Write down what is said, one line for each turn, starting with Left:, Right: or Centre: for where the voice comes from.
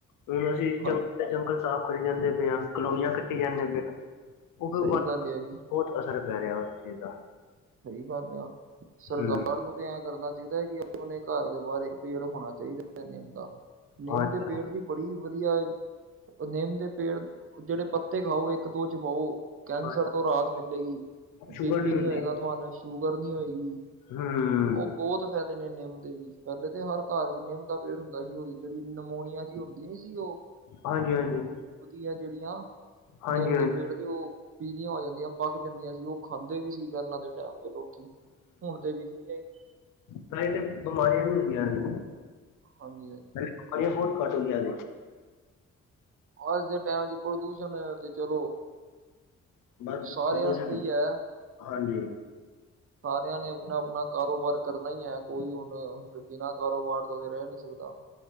Left: ਹੁਣ ਅਸੀਂ
Right: ਹਾਂਜੀ,
Left: ਜੰਗ
Right: ਹਾਂਜੀ
Left: ਜੰਗਲ ਸਾਫ਼ ਕਰੀ ਜਾਂਦੇ ਪਏ ਆ, ਕਲੋਨੀਆਂ ਕੱਟੀ ਜਾਂਦੇ
Right: ਚ-
Left: ਪਏ ਉਹ
Right: ਸਹੀ
Left: ਬਹੁਤ
Right: ਗੱਲ ਆ ਜੀ,
Left: ਅਸਰ ਪੈ ਰਿਹਾ ਉਸ ਚੀਜ਼ ਦਾ
Right: ਸਹੀ ਗੱਲ ਆ, ਸਰਕਾਰ
Left: ਹੂੰ
Right: ਨੂੰ ਤੇ' ਐਂ ਕਰਨਾ ਚਾਹੀਦਾ ਕਿ, ਆਪ ਆਪਣੇ ਘਰ ਦੇ ਬਾਹਰ ਪੇੜ ਹੋਣਾ ਚਾਹੀਦਾ ਹੈ ਨਿਮ ਦਾ ਨਿੰਮ
Left: ਹਾਂਜੀ
Right: ਦੇ ਪੇੜ ਦੀ ਬੜੀ ਵਧੀਆ, ਨਿੰਮ ਦੇ ਪੇੜ ਜਿਹੜੇ ਪੱਤੇ ਖਾਓ ਇੱਕ ਦੋ ਚ' ਚਬਾਓ, ਕੈਂਸਰ
Left: ਹਾਂਜੀ,
Right: ਤੋਂ ਰਾਤ ਮਿਲੇਗੀ,
Left: ਸ਼ੂਗਰ
Right: ਬੀ ਪੀ ਨਹੀਂ
Left: ਹੁੰਦੀ
Right: ਹੋਏਗਾ ਤੁਹਾਨੂੰ ਸ਼ੂਗਰ ਨੀ ਹੋਏਗੀ,
Left: ਹੂੰ
Right: ਉਹ ਬਹੁਤ ਫਾਇਦੇ ਨੇ ਨਿੰਮ ਦੇ ਵੀ, ਪਹਿਲੇ ਤੇ ਹਰ ਘਰ ਚ' ਨਿੰਮ ਦਾ ਪੇੜ ਹੁੰਦਾ ਸੀ। ਉਹਦੀ ਜਿਹੜੀ ਨਮੋਨੀਆ ਜਿਹੀ ਹੁੰਦੀ ਨੀ ਸੀ ਉਹ
Left: ਹਾਂਜੀ ਹਾਂਜੀ
Right: ਉਗਦੀਆਂ ਜਿਹੜੀਆਂ
Left: ਹਾਂਜੀ
Right: ਨਿੰਮ
Left: ਹਾਂਜੀ
Right: ਦੇ ਪੇੜ ਤੇ' ਉਹ ਪੀਲੀਆਂ ਹੋ ਜਾਂਦੀਆਂ ਪਕ ਜਾਂਦੀਆਂ ਸੀ, ਉਹ ਖਾਂਦੇ ਵੀ ਸੀ ਪਹਿਲਾਂ ਦੇ ਟੈਮ ਤੇ ਲੋਕ ਹੁਣ ਤੇ ਵਿਖਦੀਆਂ ਹੀ ਨੀ
Left: ਤਾਂ ਇਹੇ ਬਿਮਾਰੀਆਂ ਨਹੀਂ ਹੁੰਦੀਆਂ ਨੇ
Right: ਹਾਂਜੀ ਹਾਂ
Left: ਪਰ ਬਹੁਤ ਕਟ ਗਿਆ ਨੇ
Right: ਅੱਜ ਦੇ ਟਾਈਮ ਚ' ਪ੍ਰਦੂਸ਼ਣ ਹੈ ਤੇ ਚਲੋ,
Left: ਬਸ
Right: ਸਾਰਿਆਂ
Left: ਪ੍ਰਦੂਸ਼ਣ
Right: ਵਸਤੇ ਹੀ ਹੈ।
Left: ਹਾਂਜੀ
Right: ਸਾਰਿਆਂ ਨੇ ਆਪਣਾ-ਆਪਣਾ ਕਾਰੋਬਾਰ ਕਰਨਾ ਹੀ ਹੈ ਕੋਈ ਹ ਹੁਨ ਬਿਨਾਂ ਕਾਰੋਬਾਰ ਤਾਂ, ਉਹਦੇ ਰਹਿ ਨੀ ਸਕਦਾ।